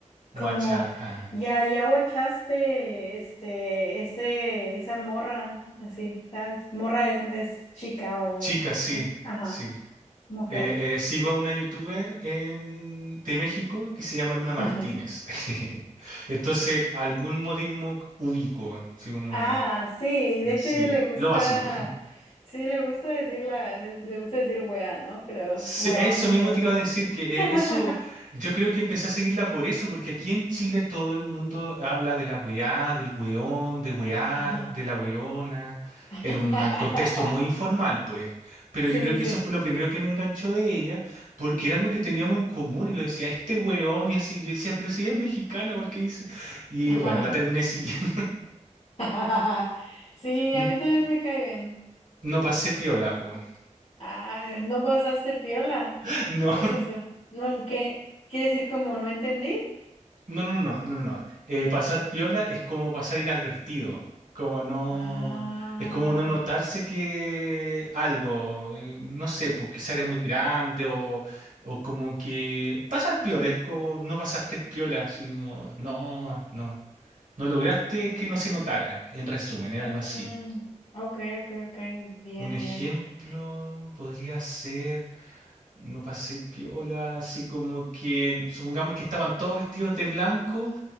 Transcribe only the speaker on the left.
Como
ya, ya guachaste este, ese, esa morra, así, ¿sabes? Morra es, es chica o
sí, ajá,
mujer.
<laughs>
Ah, sí, de hecho
a ella le gusta,
sí, le gusta decir la, de- le gusta decir wea, ¿no? Creo,
weón.
eh.
<laughs>
Ajá.
<laughs>
Sí,
sí,
sí.
Ajá.
<laughs> Sí,
a mí también
me cae bien.
Ah, no pasaste piola.
¿Qué es eso? No, ¿qué? ¿Quiere decir como no entendí?
Ah,
mm,
ok, ok, ok, bien,
bien.